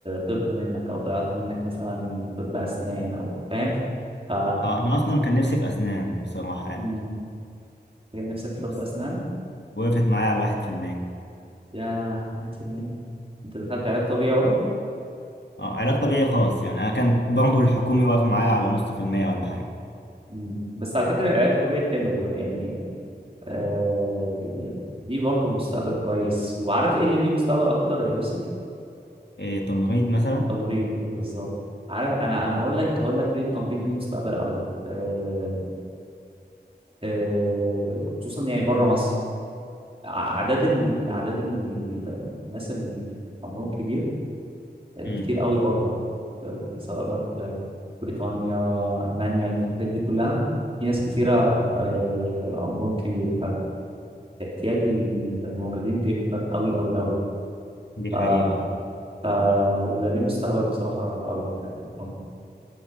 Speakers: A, on the right (about 30°); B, on the left (about 80°).
A: طب منك او ضيعت منك مثلا طب اسنان او فاهم ف
B: اه انا اصلا كان نفسي في اسنان بصراحه يعني
A: مم، تلاقي نفسك في
B: بس
A: طب اسنان
B: وقفت معايا على 1%
A: يا واحد في المية انت دخلت علاج طبيعي قلت
B: اه علاج طبيعي خاص يعني انا كانت برضه الحكومي واقفه معايا على نص في المية ولا حاجه
A: مم. بس على فكرة العلاج الطبيعي حلو يعني آه دي برضه مستقبل كويس وعارف ايه اللي ليه مستقبل اكتر يا يوسف
B: إيه تمريض مثلا
A: تمريض بالظبط عارف انا انا هقول لك هقول لك ليه التمريض ليه مستقبل قوي آه آه خصوصا يعني بره مصر اعداد ال... اعداد ال- الناس اللي عمرهم كبير آه،
B: امم
A: كتير قوي بره آه، سواء بقى في بريطانيا المانيا الحتت دي كلها في ناس كتيره آه، عمرهم كبير فاحتياج الموردين بيكتر قوي قوي قوي
B: دي
A: ف
B: حقيقه اه
A: ف ويبقى ليه مستقبل بصراحه قوي يعني